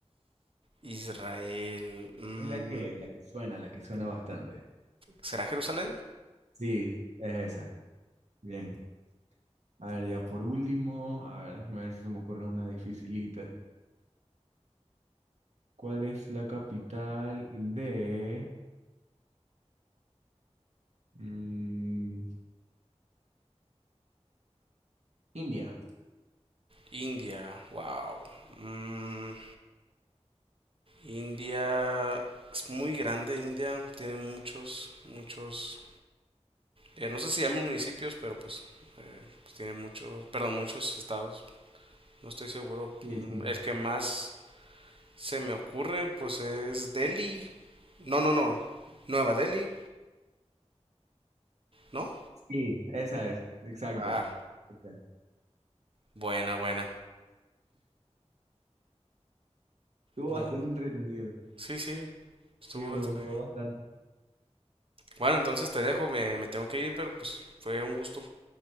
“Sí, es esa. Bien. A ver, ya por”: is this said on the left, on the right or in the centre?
Right